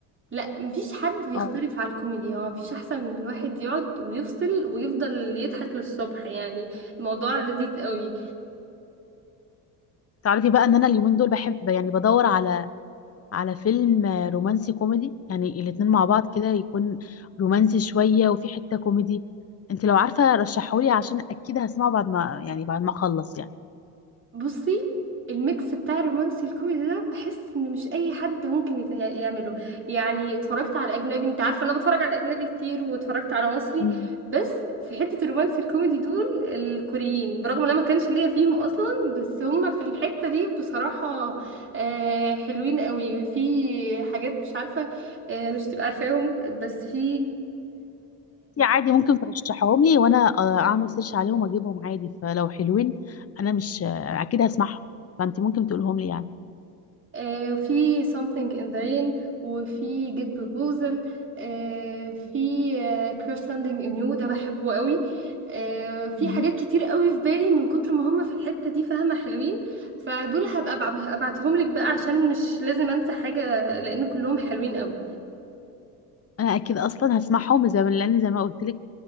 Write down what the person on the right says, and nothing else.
لا مفيش حد بيختلف
على الكوميديا هو مفيش احسن من الواحد يقعد ويفصل ويفضل يضحك للصبح يعني الموضوع لذيذ قوي
بصي الميكس بتاع الرومانسي الكوميدي ده بحس ان مش اي حد ممكن يت- يعمله يعني اتفرجت على اجنبي انت عارفه انا بتفرج على اجنبي كتير واتفرجت على مصري
بس في حته الرومانسي الكوميدي دول الكوريين برغم ان انا ما كانش ليا فيهم اصلا بس هم في الحته دي بصراحه آه، حلوين قوي في حاجات مش عارفه آه، مش تبقى عارفاهم بس في
آه، في something in the rain وفي get proposal آه، في آه، crash landing in you ده بحبه قوي آه، في
حاجات كتير قوي في بالي من كتر ما هم في الحتة دي فاهمة حلوين فدول هبقى أبع- ابعتهم لك بقى عشان مش لازم انسى حاجة لان كلهم حلوين قوي